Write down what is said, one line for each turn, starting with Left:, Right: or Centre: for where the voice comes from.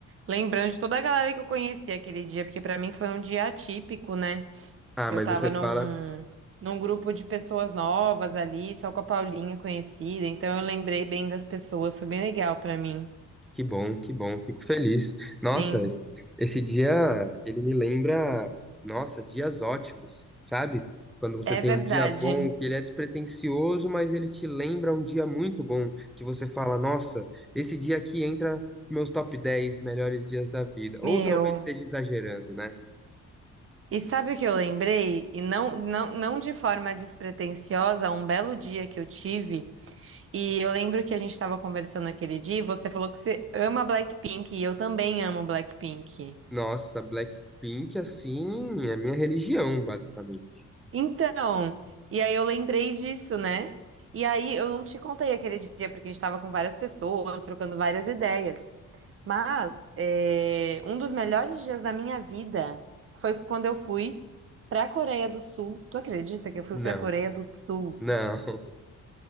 Right: lembrando de toda a galera que eu conheci aquele dia, porque pra mim foi um dia atípico, né?
Centre: Ah,
Right: Eu
Centre: mas
Right: tava
Centre: você fala,
Right: num, num grupo de pessoas novas ali, só com a Paulinha conhecida, então eu lembrei bem das pessoas, foi bem legal pra mim.
Centre: que bom, que bom, fico feliz. Nossa,
Right: Sim,
Centre: es- esse dia ele me lembra, nossa, dias ótimos, sabe? Quando você
Right: é
Centre: tem
Right: verdade.
Centre: um dia bom, que ele é despretensioso, mas ele te lembra um dia muito bom, que você fala, nossa, esse dia aqui entra meus top 10 melhores dias da vida. Ou
Right: Meu,
Centre: talvez esteja exagerando, né?
Right: e sabe o que eu lembrei? E não, não, não de forma despretensiosa, um belo dia que eu tive. E eu lembro que a gente estava conversando aquele dia, e você falou que você ama Blackpink e eu também amo Blackpink.
Centre: Nossa, Blackpink, assim, é minha religião, basicamente.
Right: Então, e aí eu lembrei disso, né? E aí eu não te contei aquele dia porque a gente estava com várias pessoas, trocando várias ideias. Mas é, um dos melhores dias da minha vida foi quando eu fui para a Coreia do Sul. Tu acredita que eu fui
Centre: Não,
Right: para a Coreia do Sul?
Centre: não. <laughs>